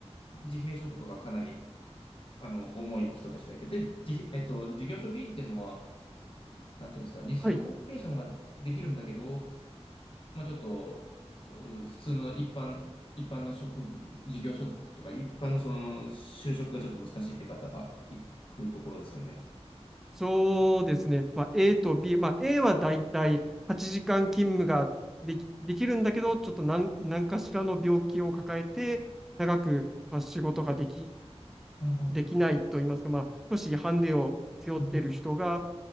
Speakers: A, on the left (about 50°); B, in the centre.
A: 自閉症とかがかなり、あの、重い人たちがいてて、じ、えっと、事業所 B っていうのは、なんていうんですか、日常のコミュニケーションはできるんだけど、
B: はい。
A: まあちょっと、う普通の一般、一般の職、事業所とか、一般のその、就職がちょっと難しいって方が行くところですよね。
B: そうですね。まあ、A と B。まあ、A はだいたい8時間勤務ができ、できるんだけど、ちょっと何、何かしらの病気を抱えて、長く、まあ、仕事ができ、
A: ああ、
B: できないと言いますか、まあ、少しハンデを背負っている人が、
A: うんうん